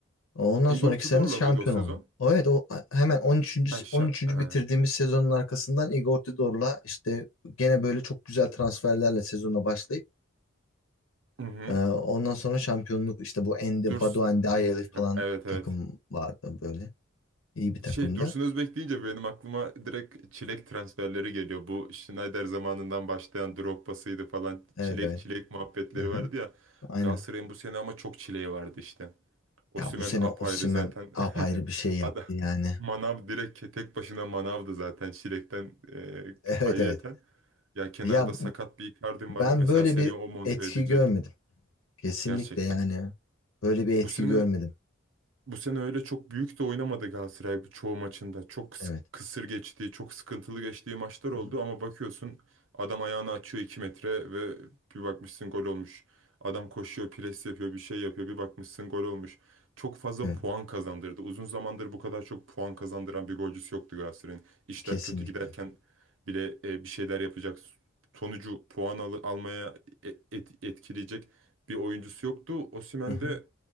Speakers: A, on the left (about 85°); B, on the right (about 70°).
A: ondan
B: Igor
A: sonraki
B: Tudor'la
A: sene şampiyon
B: mıydı o sezon?
A: oldu. O evet o hemen on üçüncü
B: Ha, şa
A: on üçüncü
B: ha.
A: bitirdiğimiz sezonun arkasından Igor Tudor'la işte gene böyle çok güzel transferlerle sezona başlayıp
B: Hı hı.
A: Ee, ondan sonra şampiyonluk işte bu Ende,
B: Durs-
A: Badu Ndiaye
B: <laughs>
A: falan
B: Evet
A: takım
B: evet.
A: vardı böyle. İyi bir takımdı.
B: Şey Dursun Özbek deyince benim aklıma direkt çilek transferleri geliyor. Bu Schneider zamanından başlayan Drogba'sıydı falan.
A: Evet
B: Çilek
A: evet.
B: çilek muhabbetleri
A: Hı-hı.
B: vardı ya.
A: Aynen.
B: Galatasaray'ın bu sene ama çok çileği vardı işte. Osimhen
A: Ya bu sene
B: apayrı
A: Osimhen
B: zaten. <laughs>
A: apayrı bir şey yaptı
B: Ada
A: yani.
B: Manav direkt ke- tek başına Manav'dı zaten çilekten e,
A: <laughs> Evet
B: ayrıyeten.
A: evet.
B: Ya kenarda
A: Ya
B: sakat
A: bu,
B: bir Icardi
A: ben
B: var mesela
A: böyle
B: seni
A: bir
B: o monte
A: etki
B: edecek
A: görmedim. Kesinlikle
B: gerçekten.
A: yani. Böyle bir etki
B: Bu sene
A: görmedim.
B: bu sene öyle çok büyük de oynamadı Galatasaray çoğu maçında. Çok kıs-
A: Evet.
B: kısır geçtiği, çok sıkıntılı geçtiği maçlar
A: Hı-hı.
B: oldu ama bakıyorsun adam ayağını açıyor 2 metre ve bir bakmışsın gol olmuş. Adam koşuyor, pres yapıyor, bir şey yapıyor, bir bakmışsın gol olmuş. Çok fazla
A: Evet.
B: puan kazandırdı. Uzun zamandır bu kadar çok puan kazandıran bir golcüsü yoktu Galatasaray'ın. İşler
A: Kesinlikle.
B: kötü giderken bile e, bir şeyler yapacak, sonucu puan al- almaya e- et- etkileyecek bir oyuncusu yoktu. Osimhen
A: Hı-hı.
B: de